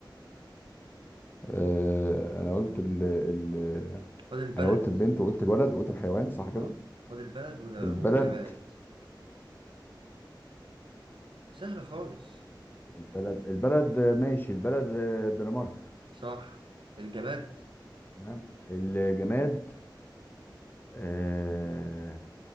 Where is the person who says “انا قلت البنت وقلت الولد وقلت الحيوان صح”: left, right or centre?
Left